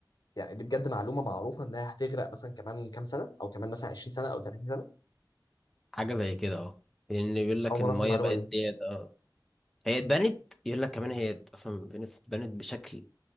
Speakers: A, on the left (about 60°); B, in the centre.
A: يعني دي بجد معلومه معروفه انها هتغرق مثلا كمان كام سنه او كمان مثلا 20 سنه او 30 سنه
B: حاجة زي كده اه لان يقول لك
A: او ما
B: المية
A: اعرفش المعلومه
B: بقت
A: دي
B: زيادة اه هي اتبنت يقول لك كمان هي اصلا فينيس اتبنت بشكل